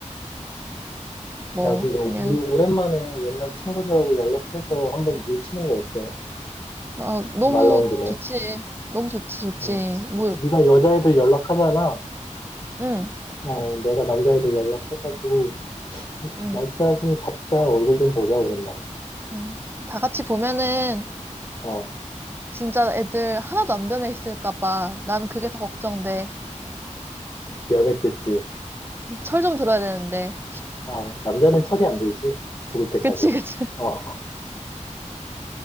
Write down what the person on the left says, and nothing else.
야, 근데 우리
오랜만에 옛날 친구들하고 연락해서 한번 뭉치는 거 어때?
말 나온 김에.
응.
네가 여자애들 연락하잖아.
어, 내가 남자애들 연락해가지고,
날짜 좀 잡자, 얼굴 좀 보자, 오랜만에.
어,
변했겠지.
아, 남자는 철이 안 들지. 죽을 때까지.
어,